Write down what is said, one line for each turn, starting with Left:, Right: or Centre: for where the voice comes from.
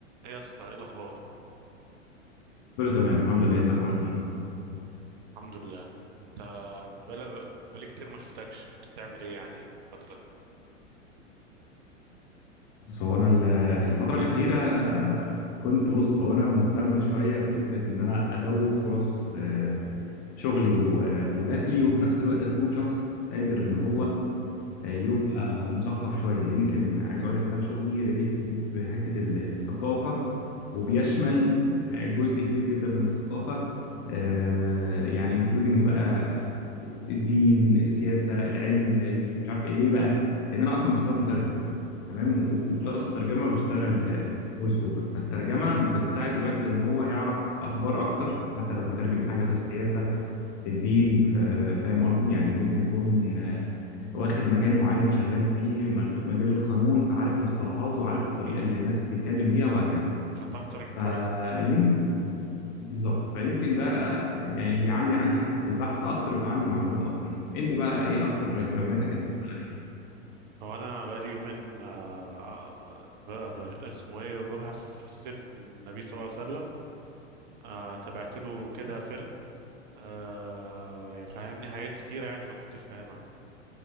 Right: ايه يا اسطى ايه الاخبار
Left: كله تمام الحمد لله انت اخبارك ايه
Right: الحمد لله انت انت بقالي بقالي كتير ما شفتكش كنت بتعمل ايه يعني الفتره دي
Left: بص هو انا ال- الفتره الاخيره آه، كنت بص هو انا مهتم شويه بفكره ان انا ازود فرص آه، شغلي و- آه، ودخلي وفي نفس الوقت اكون شخص قادر ان هو آه، يبقى مثقف شويه يمكن عايز اقول لك ان انا شغلي ريليت بحته ال- الثقافه وبيشمل آه، جزء كبير جدا من الثقافه آه، يعني انكلودنج بقى الدين السياسه العلم ال- مش عارف ايه ليه بقى لان انا اصلا بشتغل مترجم تمام وبلس
Right: مم.
Left: الترجمه بشتغل فويس اوفر فالترجمه بتساعد الواحد ان هو يعرف اخبار اكتر حتى لو بيترجم حاجه في السياسه في الدين في فاهم قصدي يعني ممكن يكون آه، واخد مجال معين شغال فيه م- مجال القانون فعارف مصطلحاته وعارف الطريقه اللي الناس بتتكلم بيها وهكذا
Right: عشان تعرف تترجم
Left: فيمكن
Right: كويس
Left: بالظبط فيمكن ده يعني بيعلي عندي حته البحث اكتر ويبقى عندي معلومات اكتر انت بقى ايه اكتر اهتماماتك الفتره الاخيره
Right: هو انا بقالي يومين آه، آه، آه، ب... ب... اسمه ايه ببحث في سيره النبي صلى الله عليه وسلم آه... تابعت له كده فيلم آه... يعني فهمني حاجات كتيره يعني ما كنتش فاهمها